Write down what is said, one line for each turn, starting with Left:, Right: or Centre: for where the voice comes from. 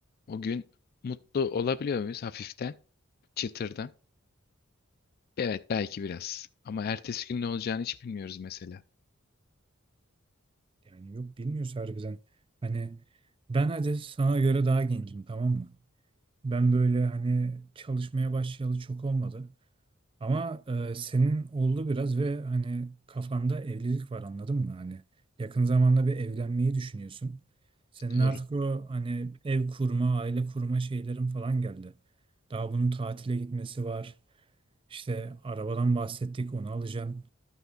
Left: O gün mutlu olabiliyor muyuz hafiften, çıtırdan? Evet belki biraz. Ama ertesi gün ne olacağını hiç bilmiyoruz mesela.
Right: Yani yok bilmiyoruz harbiden. Hani ben hadi sana göre daha gencim tamam mı? Ben böyle hani çalışmaya başlayalı çok olmadı. Ama e, senin oldu biraz ve hani kafanda evlilik var anladın mı? Hani yakın zamanda bir evlenmeyi düşünüyorsun. Senin
Left: Doğru.
Right: artık o hani ev kurma, aile kurma şeylerin falan geldi. Daha bunun tatile gitmesi var. İşte arabadan bahsettik onu alacağım.